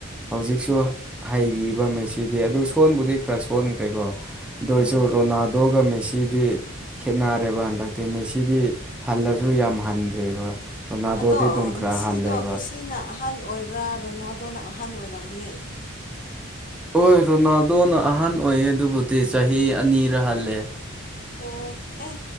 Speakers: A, in the centre; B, on the left (about 40°).
A: ꯍꯧꯖꯤꯛꯁꯨ ꯍꯩꯔꯤꯕ ꯃꯦꯁꯤꯗꯤ ꯑꯗꯨ ꯁꯣꯟꯕꯨꯗꯤ ꯈꯔ ꯁꯣꯟꯈ꯭ꯔꯦꯀꯣ ꯑꯗꯨ ꯑꯣꯏꯔꯁꯨ
B: ꯎꯝ
A: ꯔꯣꯅꯥꯜꯗꯣꯒ ꯃꯦꯁꯤꯗꯤ ꯈꯦꯠꯅꯔꯦꯕ ꯍꯟꯗꯛꯇꯤ ꯃꯦꯁꯤꯗꯤ ꯍꯜꯂꯁꯨ ꯌꯥꯝ ꯍꯟꯗ꯭ꯔꯦꯕ ꯔꯣꯅꯥꯜꯗꯣꯗꯤ
B: ꯑꯗꯣ
A: ꯑꯗꯨꯝ ꯈꯔ
B: ꯃꯤꯁꯤꯗꯣ
A: ꯍꯜꯂꯦꯕ
B: ꯃꯦꯁꯤꯅ ꯑꯍꯟ ꯑꯣꯏꯕ꯭ꯔꯥ ꯔꯣꯅꯥꯜ ꯗꯣꯅ ꯑꯍꯟ ꯑꯣꯏꯔꯝꯃꯨꯅꯤ
A: ꯍꯣꯏ ꯔꯣꯅꯥꯜꯗꯣꯅ ꯑꯍꯟ ꯑꯣꯏꯌꯦ ꯑꯗꯨꯕꯨꯗꯤ ꯆꯍꯤ ꯑꯅꯤꯔꯥ ꯍꯜꯂꯦ
B: ꯑꯣ ꯑꯦ